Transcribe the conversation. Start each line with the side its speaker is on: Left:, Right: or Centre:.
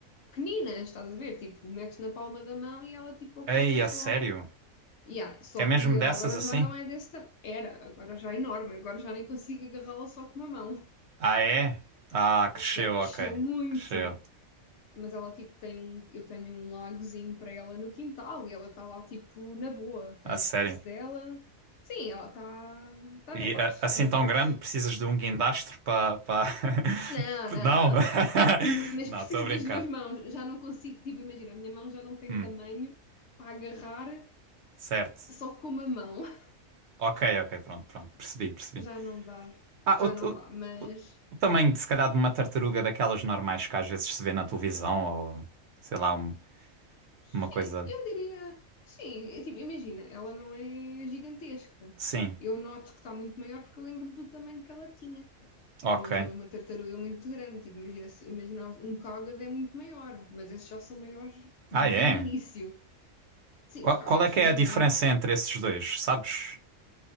Left: pequeninas, estás a ver? Tipo, metes na palma da mão e ela tipo ocupa
Right: Ei,
Left: só.
Right: a sério?
Left: Yeah, só
Right: É mesmo
Left: que ela
Right: dessas
Left: agora
Right: assim?
Left: já não é desse tamanho. Era, agora já é enorme, agora já nem consigo agarrá-la só com uma mão,
Right: Ah, é? Ah,
Left: <laughs>
Right: cresceu,
Left: porque já cresceu
Right: ok.
Left: muito.
Right: Cresceu.
Left: Mas ela tipo tem um, eu tenho um lagozinho para ela no quintal e ela está lá tipo na boa, tem
Right: A
Left: o
Right: sério.
Left: espaço dela. Sim, ela está tá tá
Right: E
Left: na paz,
Right: a-
Left: está
Right: assim
Left: na
Right: tão
Left: paz.
Right: grande, precisas de um guindastro para. Pa...
Left: Não,
Right: pa-
Left: não,
Right: <laughs> Não! <laughs>
Left: <laughs> mas
Right: Não,
Left: preciso
Right: estou a brincar.
Left: das duas mãos. Já não consigo, tipo, imagina, a minha mão já não tem
Right: Hum,
Left: tamanho para agarrar
Right: certo.
Left: só com uma mão. <laughs>
Right: Ok, ok, pronto, pronto, percebi, percebi.
Left: Já não dá,
Right: Ah,
Left: já
Right: o,
Left: não
Right: o-
Left: dá, mas
Right: o- o tamanho, de, se calhar, de uma tartaruga daquelas normais que às vezes se vê na televisão, ou sei lá, um-
Left: sim,
Right: uma coisa.
Left: eu diria, sim, é tipo, imagina, ela não é gigantesca.
Right: Sim,
Left: Eu noto que está muito maior porque eu lembro-me do tamanho que ela tinha,
Right: ok.
Left: mas não é uma tartaruga muito grande. Tipo, imagina, se- imagina um cágado é muito maior, mas esses já são maiores desde
Right: Ah, é?
Left: o início. Sim,
Right: Qual,
Left: os cágados
Right: qual é que
Left: são
Right: é
Left: maiores.
Right: a diferença entre esses dois, sabes?